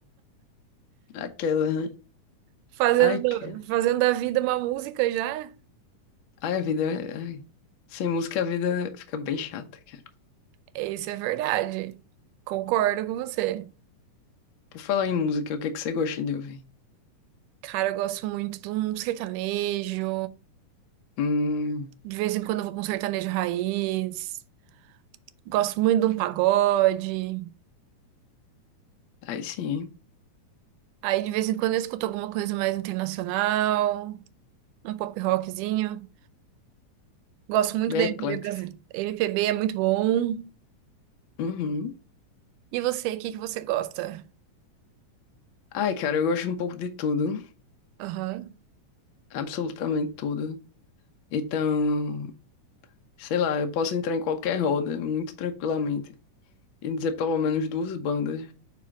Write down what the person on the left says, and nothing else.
Aquela, né?
Ai, cara.
Ai, a vida, é- ai. Sem música a vida fica bem chata, cara.
Por falar em música, o que é que você gosta de ouvir?
Hum,
aí sim, hein?
Bem
eclética.
Uhum.
Ai, cara, eu gosto um pouco de tudo,
absolutamente tudo. Então, sei lá, eu posso entrar em qualquer roda muito tranquilamente e dizer pelo menos duas bandas